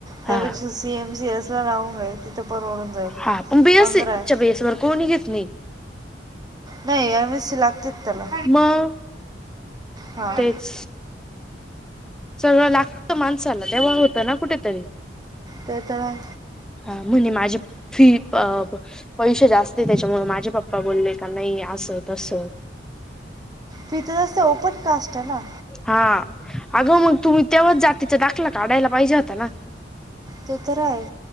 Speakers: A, on the right (about 20°); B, in the centre.
A: त्यापेक्षा
B: हा
A: सीएम सीएस ला <unintelligible> तिथं परवडून जाईल,
B: हा पण बीएससीच्या
A: पंधरा आहे.
B: बेसवर कोणी घेत नाही
A: नाही एम एस सी लागते त्याला
B: मग
A: हां
B: तेच सगळं लागत माणसाला तेव्हा होतं ना कुठेतरी
A: ते तर आहे
B: ह म्हणे माझी फी पैसे जास्त त्याच्यामुळे माझे पप्पा बोलले का नाही असं तस
A: तिथं अशी ओपन कास्ट आहे ना
B: हा अगं मग तुम्ही तेव्हाच जातीचं दाखलं काढायला पाहिजे होता ना
A: ते तर आहे